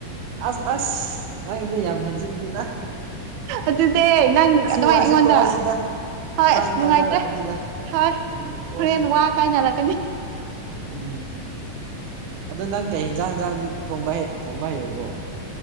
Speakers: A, on the right; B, on the right.
A: ꯑꯁ ꯑꯁ ꯅꯪꯗ ꯌꯥꯝ ꯍꯦꯟꯖꯤꯟꯁꯤꯦꯗ
B: ꯑꯗꯨꯅꯦ ꯅꯪ
A: ꯑꯁꯤ
B: ꯑꯗꯨꯃꯥꯏꯅ
A: ꯋꯥꯁꯤ
B: ꯑꯩꯉꯣꯟꯗ
A: ꯇꯣꯛꯑꯁꯤꯗ
B: ꯍꯣꯏ
A: ꯏꯕꯥꯅꯤ
B: ꯑꯁ ꯅꯨꯡꯉꯥꯏꯇ꯭ꯔꯦ
A: ꯀꯥꯏꯅꯔꯛꯒꯅꯤꯗ
B: ꯍꯣꯏ
A: ꯎꯝ ꯇꯣꯁꯦ
B: ꯍꯣꯔꯦꯟ ꯋꯥ ꯀꯥꯏꯅꯔꯛꯀꯅꯤ
A: ꯎꯝ ꯑꯗꯣ ꯅꯪ ꯀꯩ ꯌꯦꯟꯖꯥꯡ ꯍꯟꯖꯥꯡꯗꯤ ꯊꯣꯡꯕ ꯊꯣꯡꯕ ꯍꯩꯔꯕꯣ